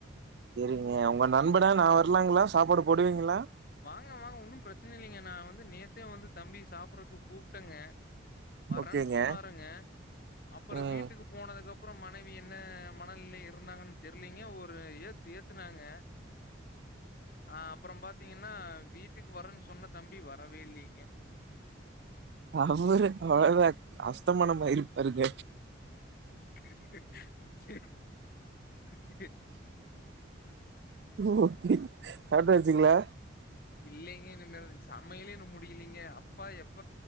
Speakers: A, on the right; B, on the left.
A: சரிங்க உங்க நண்பன நான் வரலாங்களா சாப்பாடு போடுவீங்களா
B: வாங்க வாங்க ஒன்னும் பிரச்சனை இல்லைங்க நான் வந்து நேத்தே வந்து தம்பி சாப்பிடுறக்கு கூப்பிட்டங்க வரேன்
A: ஓகேங்க.
B: சொன்னாருங்க அப்ரோ
A: ம்.
B: வீட்டுக்கு போனதுக்குப்புரோ மனைவி என்ன மனநய இருந்தாங்கன்னு தெரியலீங்க ஒரு ஏத்து ஏத்துனாங்க அ அப்புறம் பாத்தீங்கன்னா வீட்டுக்கு வரேன்னு சொன்ன தம்பி வரவே இல்லைங்க
A: அவரு அவ்வளவு அஸ்தமானமாயிபாருங்க
B: ச ச
A: ஓகே சாப்டாச்சுங்களா
B: இல்லைங்க என்னிமல சமையலே இன்னும் முடியலீங்க அப்பா எப்ப